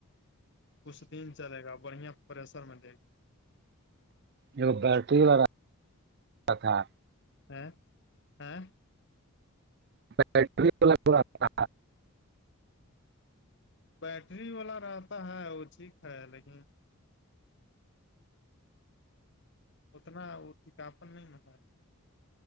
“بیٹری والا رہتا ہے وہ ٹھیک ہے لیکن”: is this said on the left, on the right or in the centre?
Left